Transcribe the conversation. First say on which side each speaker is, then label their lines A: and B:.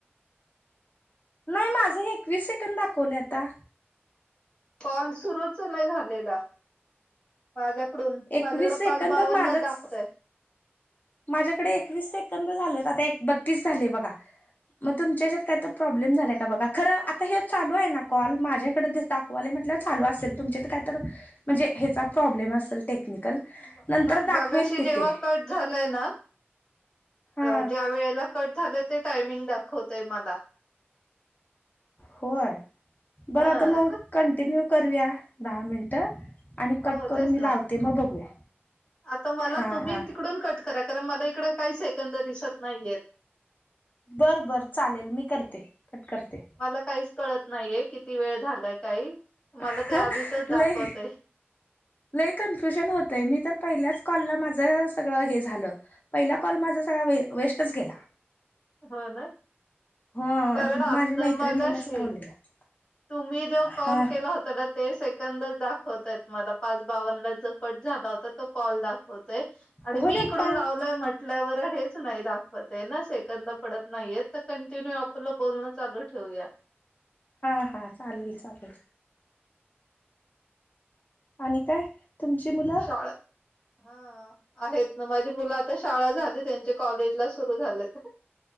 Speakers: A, on the left (about 45°); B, on the left (about 20°).
A: नाही माझं एकवीस सेकंद दाखवलं आता.
B: कॉल सुरूच नाही झालेला. माझ्या क डून
A: एकवीस
B: माझ्याकडं
A: सेकंद
B: पाच बावन्नच
A: माझंच
B: दाखवतय.
A: माझ्याकडे एकवीस सेकंद झाले, आता एक बत्तीस झाले बघा. मग तुमच्या येच्यात काय तर प्रॉब्लेम झालाय का बघा? खरं आता हे चालू आहे, ना कॉल माझ्याकडे दिस दाखवाले म्हट टल चालू असेल तुमचे तर काही तर म्हणजे हेचा प्रॉब्लेम असेल टेक निकल
B: म-
A: नंतर
B: म-
A: दाखवेल
B: मागाशी
A: कि
B: जेव्हा
A: ते.
B: कट झालंय ना
A: हा
B: अ ज्या वेळेला कट झालं ते टायमिंग दाखवतय मला.
A: होय
B: हा
A: बरं आता मग कंटिन्यू करूया दहा मिनटं. आणि
B: हो
A: कट करून
B: तेच
A: मी लावते
B: ना
A: मग बघूया
B: आता मला
A: हां
B: तुम्ही
A: हां
B: तिकडून कट करा कारण मला इकड काही सेकंद दिसत नाहीयेत.
A: बरं बरं चालेल मी करते. कट करते
B: मला काहीच कळत नाहीये, किती वेळ झालायं काहीं. मला
A: हां
B: ते आधीचच दाखवत
A: लय
B: आहे.
A: लय कन्फ्युजन होतंय, मी तर पहिल्याच कॉलला माझं सगळं हे झालं पहिला कॉल माझ सगळा वे वेस्टच गेला.
B: हो न.
A: हो
B: कारण आता
A: माझ्या मैत्रिणीलाच
B: मगाशी,
A: लावलेला
B: तुम्ही जो कॉल
A: हां
B: केला होता ना ते सेकंदच दाखवतात मला पाच बावन्न जो कट झाला होता तो कॉल दाखव होतय आणि
A: हो
B: मी
A: दे
B: इकडून
A: पाच
B: लावलय म्हटल्यावर हेच नाही दाखवत न सेक पडत नाहीयेत त कंटिन्यू आपला बोलणं चालू ठेवूया.
A: हां हां चालेल चालेल. आणि काय? तुमची मुलं
B: शाळा हां आहेत. माझी मुलं आता शाळा झाली, त्यांचे कॉलेज ला सुरु झालेत.